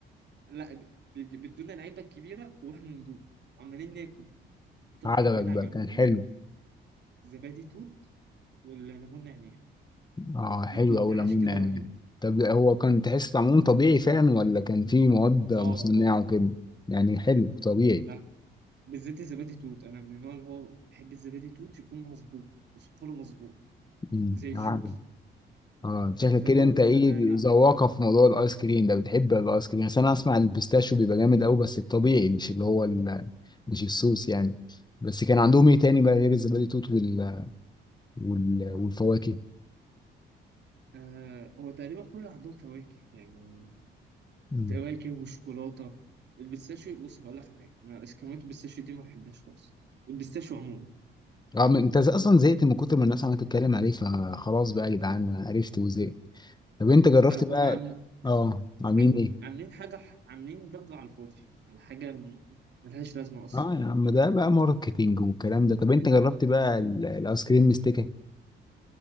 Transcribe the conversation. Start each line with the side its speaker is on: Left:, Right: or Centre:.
Right: لا ب- بيج- بيدونا العلبه الكبيره واحنا ندوق عمالين ناكل اكتر
Left: عجبك
Right: طعمين
Left: بقى
Right: عجبوني
Left: كان حلو
Right: زبادي توت والليمون نعناع
Left: اه حلو
Right: يدوا انتعاش
Left: أوي ليمون
Right: كده
Left: يعني
Right: رهيب
Left: طب هو كان تحس طعمه طبيعي فعلا ولا كان فيه مواد مصنعة
Right: اه اه
Left: وكده يعني حلو طبيعي
Right: لا بالذات الزبادي توت انا من النوع اللي هو بحب الزبادي توت يكون مظبوط وسكره مظبوط
Left: امم
Right: زي الجوكي
Left: عادي. اه شكلك
Right: ف- فدول
Left: كده انت ايه
Right: انا لا
Left: ذواقة في موضوع الايس كريم ده بتحب الايس كريم بس انا اسمع ان البيستاشيو بيبقى جامد قوي بس الطبيعي مش اللي هو ال... مش الصوص يعني بس كان عندهم ايه تاني بقى غير الزبادي توت وال... وال... والفواكه
Right: آه هو تقريبا كل عندهم فواكه يعني
Left: امم
Right: كواكب وشوكولاته البيستاشيو بص هقول لك على حاجه أنا اسكريمات البيستاشيو دي ما بحبهاش خالص البيستاشيو عموما
Left: اه ما انت اصلا زهقت من كتر ما الناس عماله تتكلم عليه فخلاص بقى يا جدعان عرفت وزهقت طب انت جربت
Right: آه، هم
Left: بقى
Right: عامل
Left: اه عاملين
Right: عامل-
Left: ايه
Right: عاملين حاجه ح- عاملين ضجه على الفاضي يعني حاجه م- ملهاش لازمه اصلا
Left: اه يا عم ده بقى ماركتينج والكلام ده طب انت جربت بقى ال- الايس كريم مستكه